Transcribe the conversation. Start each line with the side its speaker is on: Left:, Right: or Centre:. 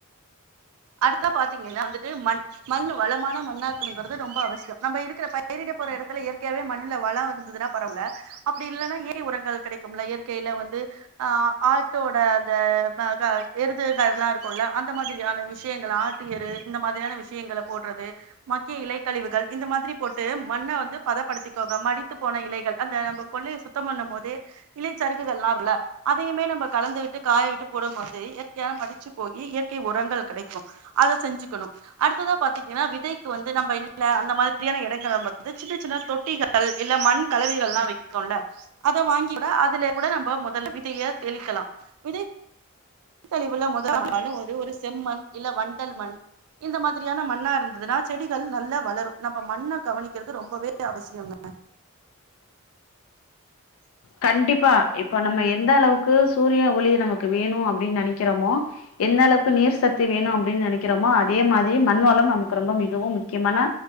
Right: அடுத்தா பாத்தீங்கன்னா வந்துட்டு மண் மண்ணு வளமான மண்ணா இருக்கணுங்கறது ரொம்ப அவசியம் நம்ம இருக்கிற பயிரிட போற எடத்துல இயற்கையாவே மண்ணுல வள இருந்ததுன்னா பரவால அப்படி இல்லனா இற்கே உரங்கள் கிடைக்கும்ல இயற்கையில வந்து அ ஆட்டோட அந்த ப க எருது கதுல்லா இருக்குல்ல அந்த மாதிரியான விஷ் விஷயங்கள் ஆட்டு எரு இந்த மாதிரியான விஷய் யங்கள போடுறது மக்கிய இலைக்கழிவுகள் இந்த மாதிரி போட்டு மண்ண வந்து பதப் படுத்திக்கோங்க மடித்து போன இலைகள் அந்த நம்ம கொள்ளைய சுத்தம் பண்ணு போதே இலைச்சறுகுகள்லாம்ல அதையுமே நம்ம கலந்து விட்டு காய விட்டு போடும் போது இயற்கையா மடிச்சு போயி இயற்கை உரங்கள் கிடைக்கு அத செஞ்சுக்கணு அடுத்ததா பாத்தீங்னா விதைக்கு வந்து நம்ம வீட்ல அந்த மாதிரியான எடங்கள்ல வந்து சின்ன சின்ன தொட்டிகள் இல்ல மண் கலவைகள்லா விக்கூல்ல அத வாங்கி கூட அதுல கூட நம்ம முதல்ல விதைய தெளிக்கலாம் விதை தெளிவுல மொத <inaudible> ஒரு ஒரு செம்மண் இல்ல வண்டல் மண் இந்த மாத்ரியான மண்ணா இருந்ததுன்னா செடிகள் நல்லா வளரு நம்ம மண்ண கவனிக்கறது ரொம்பவே அவசியங்க
Left: கண்டிப்பா இப்ப நம்ம எந்த அளவுக்கு சூரிய ஒளி நமக்கு வேணூ அப்டின்னு நெனைக்கிறமோ எந்த அளவுக்கு நீர் சத்து வேணும் அப்டின்னு நெனைக்கிறமோ அதே மாரி மண் வளம் நமக்கு ரொம்ப மிகவும் முக்கியமான